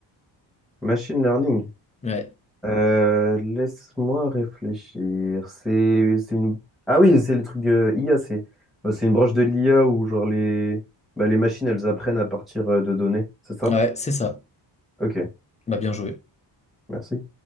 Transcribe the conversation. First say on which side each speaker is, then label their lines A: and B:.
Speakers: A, in the centre; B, on the left (about 15°).
A: Machine learning.
B: Ouais,
A: Euh, laisse-moi réfléchir. C'est, c'est une. Ah oui, c'est le truc de IA. C'est, bah, c'est une branche de l'IA où genre les, bah, les machines elles apprennent à partir euh, de données. C'est ça?
B: ouais, c'est ça.
A: Ok.
B: Bah, bien joué.
A: Merci.